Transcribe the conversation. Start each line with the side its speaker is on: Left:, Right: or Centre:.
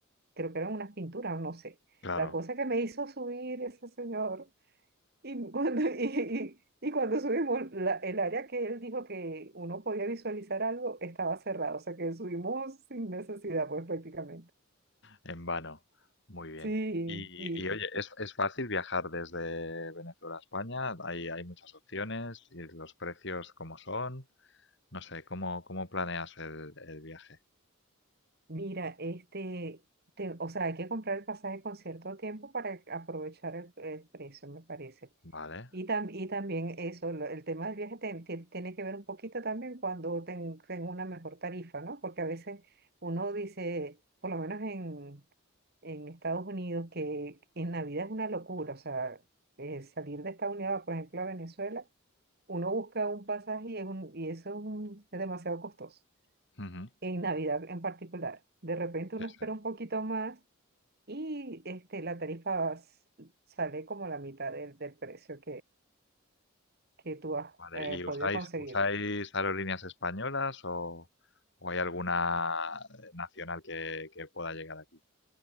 Right: creo que eran unas pinturas, no sé.
Left: claro,
Right: La cosa que me hizo subir ese señor, y cuando, <laughs> y, y- y cuando subimos, la- el área que él dijo que uno podía visualizar algo estaba cerrado, o sea que subimos sin necesidad, pues prácticamente.
Left: en vano. Muy bien.
Right: Sí,
Left: Y,
Right: y
Left: y oye, ¿es, es fácil viajar desde Venezuela a España? Hay, hay muchas opciones y los precios cómo son. No sé, ¿cómo, cómo planeas el, el viaje?
Right: mira, este, te- o sea, hay que comprar el pasaje con cierto tiempo para aprovechar el, el precio, me parece.
Left: Vale.
Right: Y, tam- y también eso, lo- el tema del viaje te- te- tiene que ver un poquito también cuando ten- tengo una mejor tarifa, ¿no? Porque a veces uno dice, por lo menos en, en Estados Unidos, que en Navidad es una locura, o sea, eh, salir de Estados Unidos, por ejemplo, a Venezuela, uno busca un pasaje y, es un- y eso es, un- es demasiado costoso,
Left: Ujú.
Right: en Navidad en particular. De repente uno
Left: Sí,
Right: espera
Left: sí.
Right: un poquito más y este, la tarifa s- sale como la mitad del, del precio que tú has
Left: Vale,
Right: eh,
Left: ¿y usáis,
Right: podido conseguir.
Left: usáis aerolíneas españolas o, o hay alguna eh, nacional que, que pueda llegar aquí?